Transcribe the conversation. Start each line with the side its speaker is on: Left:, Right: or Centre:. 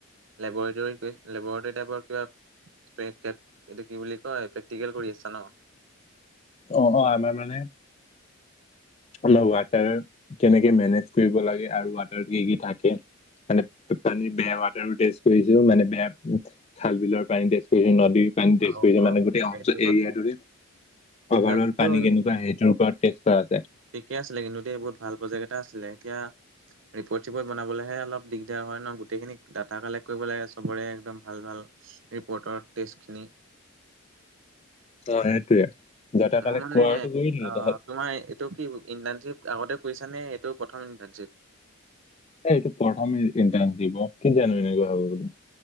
Right: লেবৰেটৰী লেবৰেটৰী টাইপৰ কিবা প্ৰে কেপ এইটো কি বুলি কয় প্ৰেক্টিকেল কৰি আছা ন'?
Left: অ', অ' আমাৰ মানে আমাৰ ৱাটাৰ কেনেকে মেনেজ কৰিব লাগে আৰু ৱাটাৰ কি কি থাকে মানে পানীৰ বেয়া ৱাটাৰো টেষ্ট কৰিছোঁ মানে বেয়া খাল বিলৰ পানী টেষ্ট কৰিছে, নদীৰ পানী টেষ্ট
Right: অ
Left: কৰিছে
Right: অ
Left: মানে গোটেই
Right: সেইটো
Left: অঞ্চল এৰিয়াটোৰে
Right: কথা ইণ্টাৰ্ণশ্বিপটো
Left: অভাৰ অ'ল পানী কেনেকুৱা সেইটোৰ ওপৰত টেষ্ট কৰা আছে।
Right: ঠিকেই আছিলে কিন্তু দেই বহুত ভাল প্ৰজেক্ট এটা আছিলে। এতিয়া ৰিপৰ্ট চিপৰ্ট বনাবলেহে অলপ দিগদাৰ হয় ন' গোটেইখিনি ডাটা কালেক্ট কৰিব লাগে, চবৰে একদম ভাল ভাল। ৰিপৰ্টৰ টেষ্টখিনি।
Left: অ' সেইটোয়ে। ডাটা
Right: মই
Left: কালেক্ট
Right: মানে
Left: কৰাটো কৰি দিলোঁ
Right: অ
Left: তহঁত
Right: তোমাৰ এই এইটো কি ইণ্টাৰ্ণশ্বিপ আগতে কৰিছা নে এইটো প্ৰথম ইণ্টাৰ্শ্বিপ?
Left: এই এইটো প্ৰথমে ইণ্টাৰ্ণচিপ। কি জানো এনেকুৱা হ'ব বুলি।